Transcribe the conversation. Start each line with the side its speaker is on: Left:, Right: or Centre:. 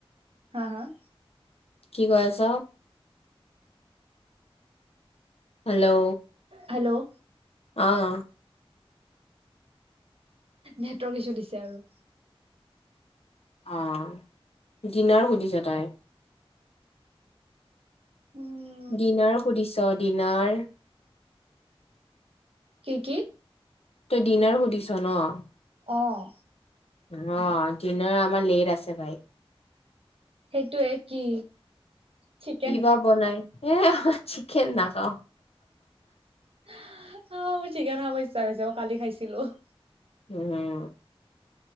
Right: হা' হা'
Left: কি কৈ আছ? হেল্ল'
Right: হেল্ল'
Left: অ',।
Right: নেটৱৰ্ক ইছু দিছে আৰু।
Left: অ', ডিনাৰ সুধিছে তাই।
Right: উম।
Left: ডিনাৰ সুধিছ ডিনাৰ
Right: কি কি?
Left: তই ডিনাৰ সুধিছ ন'?
Right: অ',।
Left: অ', ডিনাৰ আমাৰ লেট আছে ভাই।
Right: সেইটোয়ে কি? চিকেন
Left: কি বা বনাই, চিকেন নখাওঁ।
Right: অ', মোৰ চিকেন খাব ইচ্ছা গৈছে, অ' মই কালি খাইছিলো।
Left: উম